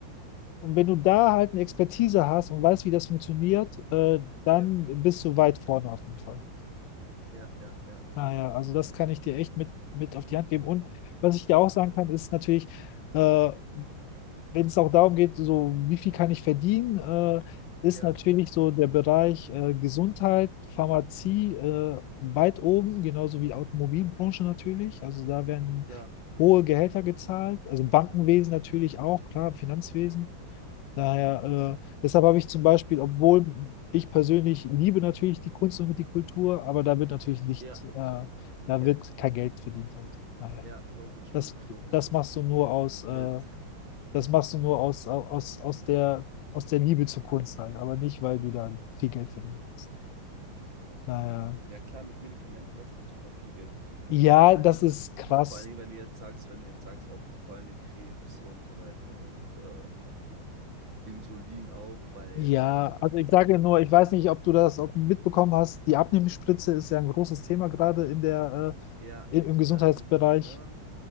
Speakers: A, on the left; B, on the right.
A: und wenn du da halt eine Expertise hast und weißt, wie das funktioniert, äh, dann
B: ja,
A: bist du weit vorne auf jeden Fall.
B: ja, ja, ja,
A: Naja, also das kann ich dir echt mit, mit auf die Hand geben. Und was ich dir auch sagen kann, ist natürlich, äh, wenn es auch darum geht, so wie viel kann ich verdienen, äh, ist
B: ja,
A: natürlich so der Bereich äh, Gesundheit, Pharmazie äh, weit oben, genauso wie Automobilbranche natürlich. Also da werden
B: klar,
A: hohe Gehälter gezahlt, also Bankenwesen natürlich auch, klar, Finanzwesen. Daher, äh, deshalb habe ich zum Beispiel, obwohl ich persönlich liebe natürlich die Kunst und die Kultur, aber da wird natürlich nicht,
B: ja,
A: äh, da
B: ja.
A: wird kein Geld verdient halt. Daher,
B: Ja, logisch,
A: das,
B: logisch, logisch.
A: das machst du nur aus, äh,
B: Mit,
A: das machst du nur aus, aus, aus der, aus der Liebe zur Kunst halt, aber nicht, weil du da viel Geld verdienen willst. Daher,
B: ja klar, mit Medikamenten lässt sich super viel Geld verdienen, ne?
A: ja,
B: Vor allen
A: das
B: Dingen,
A: ist krass.
B: vor allen Dingen, wenn du jetzt sagst, wenn du jetzt sagst, auch vor allen Dingen Krebs und so weiter und äh, Insulin auch bei,
A: Ja,
B: äh,
A: also ich sage ja nur, ich weiß nicht, ob du das ob du mitbekommen hast. Die Abnehmspritze ist ja ein großes Thema gerade in der,
B: ja,
A: äh, im im Gesundheitsbereich.
B: ähm, warte mal.